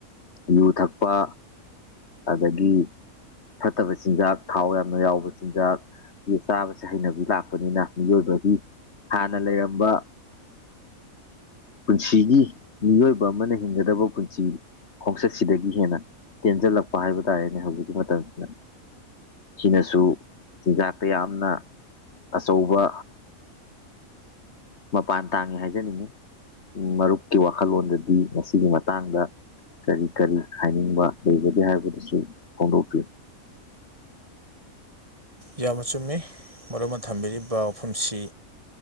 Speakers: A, on the left (about 50°); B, on the right (about 25°).
A: ꯌꯨ ꯊꯛꯄ ꯑꯗꯒꯤ ꯐꯠꯇꯕ ꯆꯤꯟꯖꯥꯛ ꯊꯥꯎ ꯌꯥꯝꯅ ꯌꯥꯎꯕ ꯆꯤꯟꯖꯥꯛ ꯁꯤ ꯆꯥꯕꯕꯁꯤꯦ ꯍꯩꯅꯕꯤ ꯂꯥꯛꯄꯅꯤꯅ ꯃꯤꯑꯣꯏꯕꯒꯤ ꯍꯥꯟꯅ ꯂꯩꯔꯝꯕ ꯄꯨꯟꯁꯤꯒꯤ ꯃꯤꯑꯣꯏꯕ ꯑꯃꯅ ꯍꯤꯡꯒꯗꯕ ꯄꯨꯟꯁꯤ ꯈꯣꯡꯆꯠꯁꯤꯗꯒꯤ ꯍꯦꯟꯅ ꯇꯦꯟꯖꯜꯂꯛꯄ ꯍꯥꯏꯕ ꯇꯥꯔꯦꯅꯦ ꯍꯧꯖꯤꯛꯀꯤ ꯃꯇꯝꯁꯤꯗ ꯁꯤꯅꯁꯨ ꯆꯤꯟꯖꯥꯛꯇ ꯌꯥꯝꯅ ꯑꯆꯧꯕ ꯃꯄꯥꯟ ꯇꯥꯡꯉꯤ ꯍꯥꯏꯖꯅꯤꯡꯉꯤ ꯃꯔꯨꯞꯀꯤ ꯋꯥꯈꯜꯂꯣꯟꯗꯗꯤ ꯃꯁꯤꯒꯤ ꯃꯇꯥꯡꯗ ꯀꯔꯤ ꯀꯔꯤ ꯍꯥꯏꯅꯤꯡꯕ ꯂꯩꯕꯒꯦ ꯍꯥꯏꯕꯗꯨꯁꯨ ꯐꯣꯡꯗꯣꯛꯄꯤꯌꯨ
B: ꯌꯥꯝ ꯃ ꯆꯨꯝꯃꯤ ꯃꯔꯨꯞ ꯑꯃ ꯊꯝꯕꯤꯔꯤꯕ ꯆ ꯐꯨꯝꯁꯤ